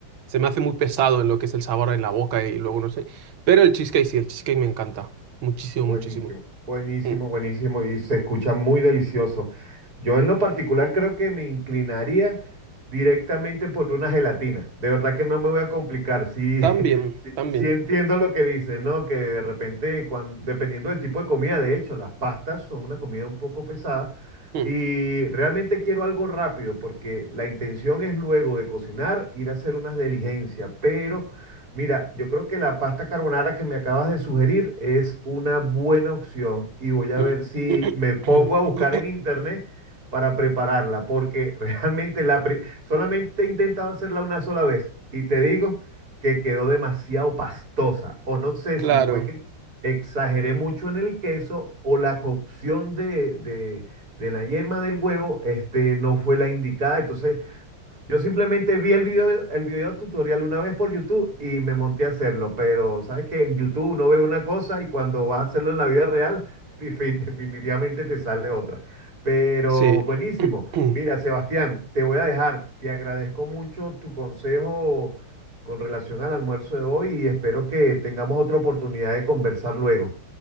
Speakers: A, on the right; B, on the right.
A: se me hace muy pesado en lo que es el sabor en la boca y luego no sé. Pero el cheesecake sí, el cheesecake me encanta. Muchísimo,
B: Buenísimo,
A: muchísimo.
B: buenísimo,
A: Mm.
B: buenísimo y se escucha muy delicioso. Yo en lo particular creo que me inclinaría directamente por una gelatina. De verdad que no me voy a complicar. Sí,
A: También,
B: <laughs> sí,
A: también.
B: sí entiendo lo que dices, ¿no? Que de repente, cuan- dependiendo del tipo de comida, de hecho, las pastas son una comida un poco pesada
A: Mm,
B: y realmente quiero algo rápido porque la intención es luego de cocinar ir a hacer unas diligencias, pero... Mira, yo creo que la pasta carbonara que me acabas de sugerir es una buena opción y voy a
A: mm.
B: ver si
A: <clears throat>
B: me pongo a buscar en internet para prepararla, porque <laughs> realmente la pri- solamente he intentado hacerla una sola vez y te digo que quedó demasiado pastosa, o no sé
A: Claro,
B: si fue que exageré mucho en el queso o la cocción de, de- de la yema del huevo este, no fue la indicada, entonces... Yo simplemente vi el video, el video tutorial una vez por YouTube y me monté a hacerlo, pero sabes que en YouTube uno ve una cosa y cuando vas a hacerlo en la vida real, <laughs> defi- definitivamente te sale otra. Pero
A: sí.
B: buenísimo.
A: <clears throat>
B: Mira, Sebastián, te voy a dejar. Te agradezco mucho tu consejo con relación al almuerzo de hoy y espero que tengamos otra oportunidad de conversar luego.